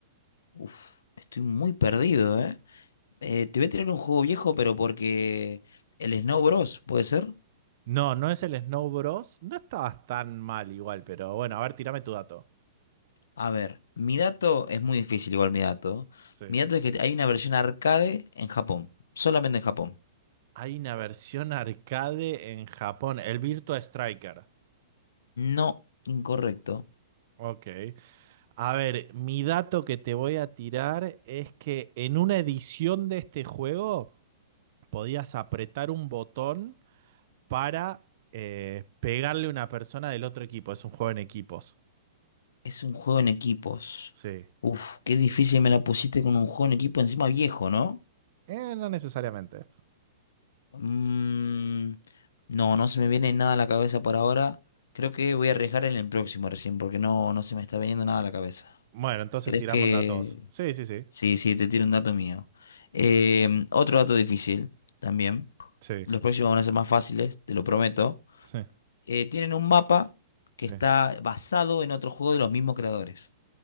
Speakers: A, on the left; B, on the right.
A: Uf, estoy muy perdido, ¿eh? Eh, Te voy a tirar un juego viejo, pero porque el Snow Bros, ¿puede ser?
B: No, no es el Snow Bros. No estabas tan mal igual, pero bueno, a ver, tirame tu dato.
A: A ver, mi dato es muy difícil, igual mi dato.
B: Sí.
A: Mi dato es que hay una versión arcade en Japón, solamente en Japón.
B: Hay una versión arcade en Japón, el Virtua Striker.
A: No, incorrecto.
B: Ok. A ver, mi dato que te voy a tirar es que en una edición de este juego podías apretar un botón para eh, pegarle a una persona del otro equipo. Es un juego en equipos.
A: Es un juego en equipos.
B: Sí.
A: Uf, qué difícil me la pusiste con un juego en equipo encima viejo, ¿no?
B: Eh, no necesariamente.
A: Mm, no, no se me viene nada a la cabeza por ahora. Creo que voy a arriesgar en el próximo recién porque no, no se me está viniendo nada a la cabeza.
B: Bueno, entonces
A: ¿Crees
B: tiramos
A: que...?
B: datos. Sí, sí, sí.
A: Sí, sí, te tiro un dato mío. Em, otro dato difícil también.
B: Sí,
A: Los próximos van a ser más fáciles, te lo prometo.
B: sí,
A: Eh, tienen un mapa que
B: sí.
A: está basado en otro juego de los mismos creadores.